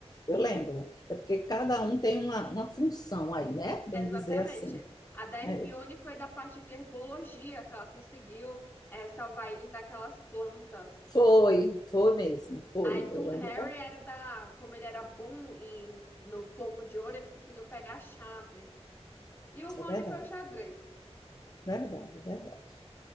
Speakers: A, on the left; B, on the left.
A: Eu lembro. É porque cada um tem uma, uma função aí, né? Bem
B: Exatamente.
A: dizer assim.
B: A da Hermione
A: É.
B: foi da parte de herbologia, que ela conseguiu, é, salvar eles daquelas plantas.
A: Foi, foi mesmo. Foi.
B: Aí
A: Eu
B: do
A: lembro.
B: Harry
A: bem.
B: era da, como ele era bom em, no pomo de ouro, ele conseguiu pegar a chave. E o Rony
A: É verdade,
B: foi o xadrez.
A: é verdade, é verdade.